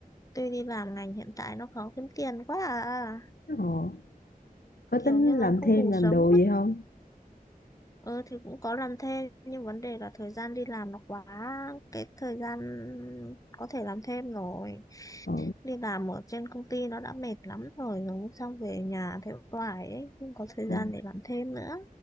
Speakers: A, on the left; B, on the left.
A: tôi đi làm ngành hiện tại nó khó kiếm tiền quá à.
B: ờ. có
A: kiểu
B: tính
A: như là
B: làm
A: không
B: thêm
A: đủ
B: làm
A: sống
B: đồ gì không
A: Ờ thì cũng có làm thêm nhưng vấn đề là thời gian đi làm nó quá cái thời gian có thể làm thêm rồi
B: ừ.
A: đi làm ở trên công ty nó đã mệt lắm rồi nó xong về nhà thế hoài ấy không có thời
B: Ừ.
A: gian để làm thêm nữa